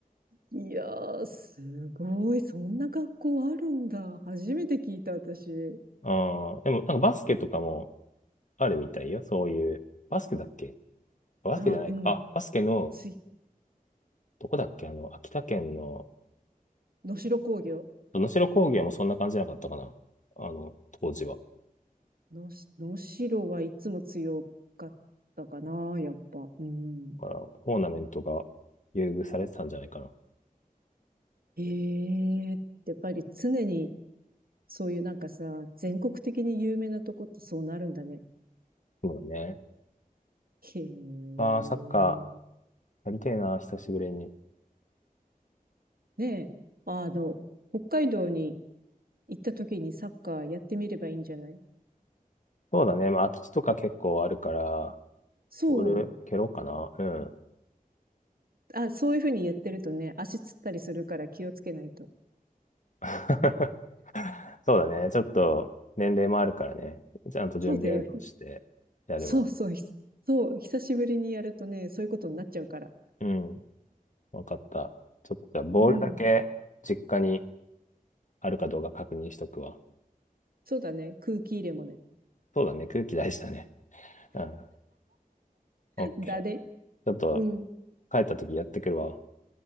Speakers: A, on the right (about 80°); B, on the left (about 55°).
A: いやー、すごい。そんな学校あるんだ。初めて聞いた、私。
B: あーでも、なんかバスケとかもあるみたいよ。そういう、バスケだっけバスケじゃないか。
A: あ、うん。
B: あ、バスケの、
A: つい、
B: どこだっけあの、秋田県の、
A: 能代工業。
B: 能代工業もそんな感じじゃなかったかな。あの、当時は。
A: のし、能代はいつも強かったかな、やっぱ。うん。
B: だから、トーナメントが優遇されてたんじゃないかな。
A: ええやっぱり常に、そういうなんかさ、全国的に有名なとこってそうなるんだね。
B: そうだね。
A: へえ。
B: まあ、サッカーやりてえな、久しぶりに。
A: ねえ、あの、北海道に行った時にサッカーやってみればいいんじゃない
B: そうだね。まあ、空き地とか結構あるから、
A: そう。
B: 俺、蹴ろうかな。うん。
A: あ、そういうふうにやってるとね、足つったりするから気をつけないと。
B: <laughs> そうだね。ちょっと年齢もあるからね。ちゃんと準備運動してやれば。
A: そうだよ。そうそう。ひそう。久しぶりにやるとね、そういうことになっちゃうから。
B: うん。わかった。ちょっとじゃあ、ボールだけ実家に
A: うん。
B: あるかどうか確認しとくわ。
A: そうだね。空気入れもね。
B: そうだね。空気大事だね。うん。オッケー。
A: だで。
B: ちょっと
A: うん。
B: 帰った時やってくるわ。